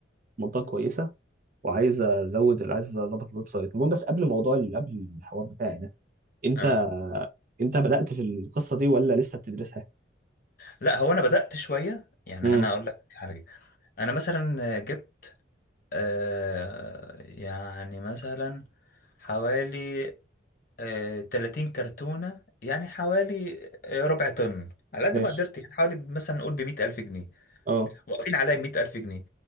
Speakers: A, on the right; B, on the left.
A: منطقه كويسه وعايز ازود عايز اظبط الويب سايت المهم بس قبل موضوع ال- قبل الحوار بتاعي ده انت
B: اه
A: انت بدأت في القصه دي ولا لسه بتدرسها
B: لا هو انا بدات شويه يعني
A: امم
B: انا اقول لك على حاجه انا مثلا جبت آه يعني مثلا حوالي آه 30 كرتونة يعني حوالي آه ربع طن على قد
A: ماشي
B: ما قدرت يعني حوالي مثلا نقول بمية ألف جنيه
A: اه
B: واقفين عليا بمية ألف جنيه